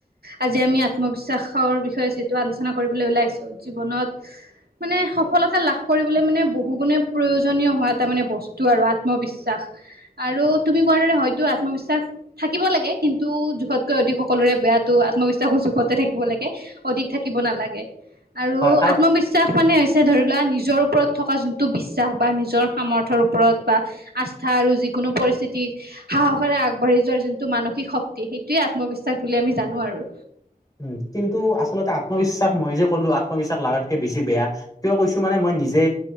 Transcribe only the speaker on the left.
হয় কাৰণ
উম, কিন্তু আচলতে আত্মবিশ্বাস মই যে ক'লো আত্মবিশ্বাস লাগতকে বেছি বেয়া। কিয় কৈছো মানে মই। নিজে।